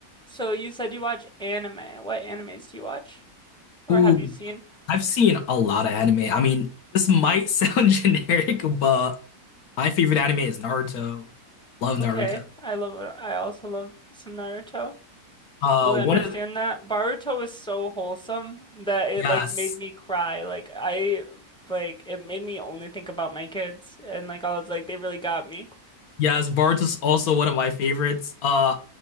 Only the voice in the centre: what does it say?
So you said you watch anime. What animes do you watch? Or
have you seen?
Okay, I love I also love some Naruto.
Totally
understand
that. Boruto was so wholesome that it
like made me cry. Like I like it made me only think about my kids and like I was like they really got me.